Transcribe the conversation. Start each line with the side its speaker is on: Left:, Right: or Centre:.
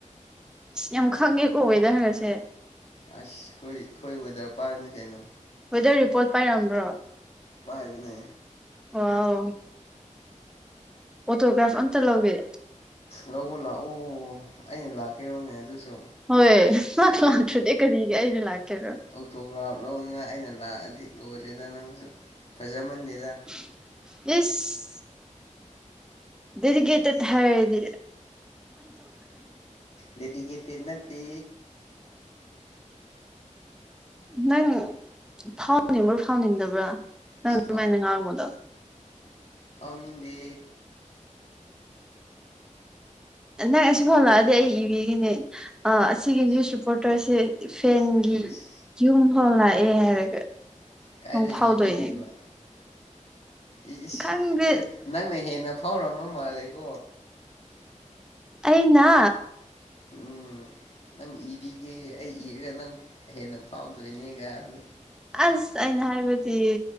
Centre: ꯑ ꯌꯥꯝ ꯈꯪꯉꯦ ꯀꯣꯕꯦꯗ ꯍꯪꯉꯁꯦ
Left: ꯑꯁ ꯑꯩꯣꯏ ꯑꯩꯈꯣꯏ ꯋꯦꯗꯔ ꯄꯥꯔꯅꯤ ꯀꯩꯅꯣ
Centre: ꯋꯦꯗꯔ ꯔꯤꯄꯣꯔꯠ ꯄꯥꯏꯔꯝꯕ꯭ꯔꯣ
Left: ꯄꯥꯏꯕꯅꯦ
Centre: ꯋꯥ ꯑꯣꯣꯇꯣꯒ꯭ꯔꯥꯐ ꯑꯟ ꯍꯒꯦ
Left: ꯂꯎ ꯂꯥꯛꯎ ꯑꯩꯅ ꯂꯥꯛꯀꯦꯔꯣꯅꯦ ꯑꯗꯨꯁꯨ
Centre: ꯍꯣꯏ ꯂꯁ ꯂꯥꯛꯇ꯭ꯔꯗꯤ ꯀꯔꯤꯒꯤ ꯑꯩꯗꯤ ꯂꯥꯛꯀꯦꯔꯣ
Left: ꯑꯣꯛꯇꯣꯒ꯭ꯔꯥꯐ ꯂꯧꯅꯤꯡꯉꯥꯏ ꯑꯩꯅ ꯂꯥꯛꯑꯗꯤ ꯂꯣꯏꯔꯦꯗ ꯅꯪꯁꯨ ꯐꯖꯃꯟꯗꯦꯗ
Centre: ꯏꯁ ꯗꯤꯔꯒꯦꯇ ꯊ ꯍꯥꯏꯗꯤ
Left: ꯗꯦꯗꯤꯀꯦꯇꯦꯠ ꯅꯠꯇ
Centre: ꯅꯪ ꯐꯥꯎꯅꯤꯡꯕ ꯐꯥꯎꯅꯤꯡꯗꯕ꯭ꯔꯥ
Left: ꯑꯁ
Centre: ꯑ ꯑꯗꯨꯥꯏꯅꯤꯡꯥꯎꯗꯣ
Left: ꯐꯥꯎꯅꯤꯡ ꯗꯦ
Centre: ꯅꯪ ꯑꯁꯤꯁꯤ ꯍꯣꯂꯛꯑꯗꯤ ꯑꯩ ꯏꯕꯤꯒꯤꯅꯦ ꯑꯁꯤꯒꯤ
Left: ꯏꯁ
Centre: ꯅ꯭ꯌꯨꯁ ꯔꯤꯄꯣꯔꯇꯔꯁꯦ ꯐꯦꯟꯒꯤ
Left: ꯏꯁ
Centre: ꯌꯨꯝꯐꯥꯎ ꯂꯥꯛꯑꯦ ꯍꯥꯏꯔꯒ
Left: ꯀꯥꯏꯗ
Centre: ꯅꯣꯡ ꯐꯥꯎꯗꯣꯏꯅꯦ
Left: ꯏꯕꯤꯗꯣꯏꯕ ꯏ ꯏꯁ
Centre: ꯈꯪꯗꯦ
Left: ꯑꯗꯨ ꯅꯪꯅ ꯍꯦꯟꯅ ꯊꯥꯎꯔ ꯑꯃꯨ ꯃꯥꯂꯒ
Centre: ꯑꯅ
Left: ꯎꯝ ꯅꯪ ꯏꯕꯤꯒꯦ ꯑꯩ ꯏꯔꯒ ꯅꯪ ꯍꯦꯟꯅ ꯐꯥꯎꯗꯣꯏꯅꯦꯒ ꯍꯥꯏꯕꯗ
Centre: ꯑꯁ ꯑꯩꯅ ꯍꯥꯏꯕꯗꯤ